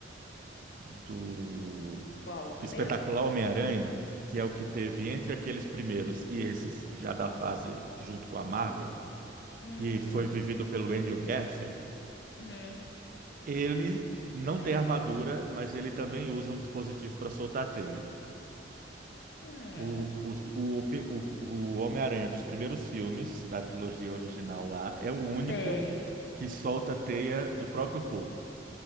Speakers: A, on the right; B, on the left.
A: do
B: hum, qual? O primeiro?
A: espetacular Homem-Aranha, que é o que teve entre aqueles primeiros e esses já da fase junto com a Marvel,
B: Hum,
A: que foi vivido pelo Andrew Garfield,
B: uhum,
A: ele não
B: lembro.
A: tem armadura, mas ele também usa um dispositivo para soltar a teia.
B: Hum,
A: O, os- o, o, o Homem-Aranha dos primeiros filmes, da trilogia original lá, é o único
B: sei.
A: que solta teia do próprio corpo.